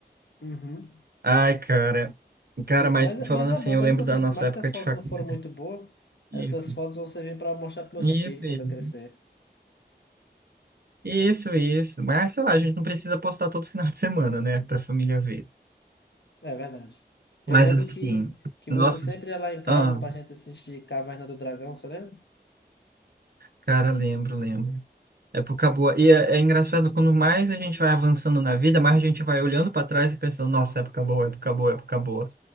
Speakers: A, on the left; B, on the right.
A: Uhum.
B: Ai, cara. Cara, mas
A: Mas,
B: falando
A: mas é
B: assim,
A: bom,
B: eu
A: mesmo
B: lembro
A: assim,
B: da nossa
A: por mais
B: época
A: que as fotos
B: de faculdade.
A: não foram muito boas,
B: Isso.
A: essas fotos vão servir para mostrar para meus
B: Isso,
A: filhos quando
B: isso.
A: eu crescer.
B: Isso, isso. Mas, sei lá, a gente não precisa postar todo final de semana, né, pra família ver.
A: É verdade. Eu
B: Mas
A: lembro
B: assim,
A: que, que
B: nossa,
A: você sempre ia lá em casa
B: ah,
A: pra gente assistir Caverna do Dragão, você lembra?
B: cara, lembro, lembro. Época boa. E é, é engraçado, quando mais a gente vai avançando na vida, mais a gente vai olhando para trás e pensando, nossa, época boa, época boa, época boa.